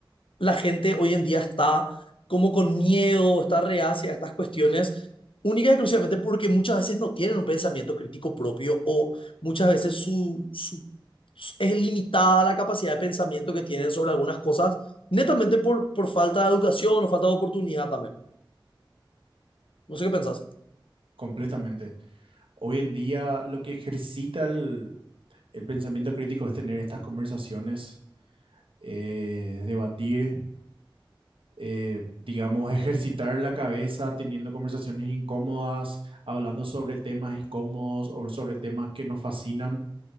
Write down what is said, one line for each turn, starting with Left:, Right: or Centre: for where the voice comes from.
Left: la gente hoy en día está como con miedo, está reacia a estas cuestiones, única y exclusivamente porque muchas veces no tienen un pensamiento crítico propio o muchas veces su, su- su- es limitada la capacidad de pensamiento que tienen sobre algunas cosas, netamente por, por falta de educación o falta de oportunidad también. No sé qué pensás.
Right: completamente. Hoy en día lo que ejercita el, el pensamiento crítico es tener estas conversaciones, eh, debatir eh, digamos, ejercitar la cabeza teniendo conversaciones incómodas, hablando sobre temas incómodos o sobre temas que nos fascinan,